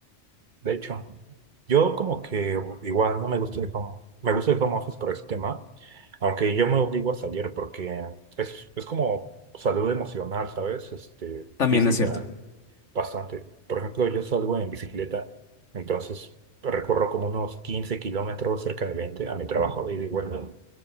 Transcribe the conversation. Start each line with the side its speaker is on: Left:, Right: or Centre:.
Right: De hecho, yo como que igual no me gusta el home, me gusta el home office por ese tema, aunque yo me obligo a salir porque es, es como salud emocional, ¿sabes? Este,
Left: También
Right: física,
Left: es cierto.
Right: bastante. Por ejemplo, yo salgo en bicicleta, entonces recorro como unos 15 kilómetros, cerca de 20 a mi trabajo de ida y vuelta.